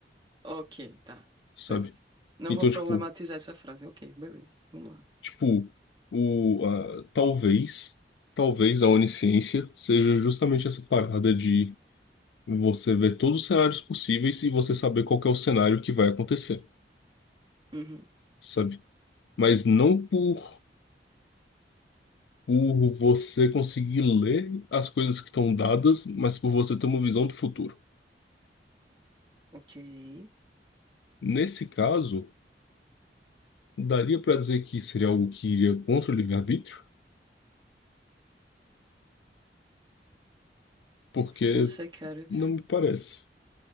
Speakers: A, on the right (about 25°); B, on the left (about 80°).
A: Ok, tá.
B: sabe?
A: Beleza. Não
B: Então,
A: vou problematizar
B: tipo,
A: essa frase. Ok, beleza. Vamos lá.
B: tipo o, a- talvez, talvez a onisciência seja justamente essa parada de você ver todos os cenários possíveis e você saber qual que é o cenário que vai acontecer,
A: Uhum.
B: sabe? Mas não por, por você conseguir ler as coisas que estão dadas, mas por você ter uma visão do futuro.
A: Ok. Eu
B: Nesse caso, daria para dizer que seria algo que iria contra o livre-arbítrio? Porque
A: não sei, cara.
B: não me parece.